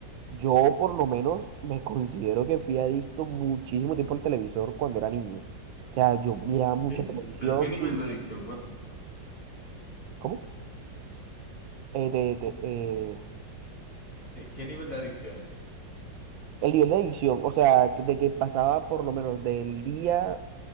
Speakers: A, on the right (about 85°); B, on the left (about 45°).
A: Yo por lo menos me <laughs> considero que fui adicto muchísimo tiempo al televisor cuando era niño. O sea, yo miraba mucha
B: Sí,
A: televisión
B: pero ¿qué nivel
A: y...
B: de adicción?
A: ¿Cómo? Eh, te- te- eh,
B: Cuéntame, ¿Qué nivel de adicción?
A: El nivel de adicción, o sea, de que pasaba por lo menos del día,